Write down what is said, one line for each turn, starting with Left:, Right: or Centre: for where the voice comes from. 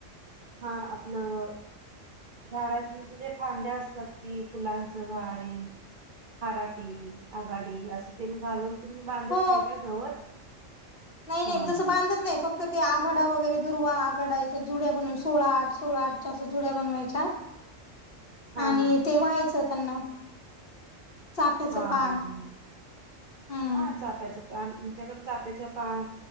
Right: हा आपलं झाडांच जे फांद्या असतात की, फुलांचं झाडे हराटी, आघाडी, असं तेन घालून तुम्ही बांधत
Left: हो
Right: नाही का गवर?
Left: नाही, नाही
Right: हा
Left: तसं
Right: हा
Left: बांधत नाही फक्त तर ते आघाडा वगैरे दुर्वा आघाडा याच्या जुड्या बनवून सोळा आठ, सोळा आठच्या असा जुड्या बनवायच्या.
Right: हा
Left: आणि
Right: हा
Left: ते वाहायचं त्यांना. चाफ्याचं
Right: हा, हा,
Left: पान
Right: हा,
Left: हम्म
Right: हा चाप्याचं पान, आमच्याकड चाप्याचं पान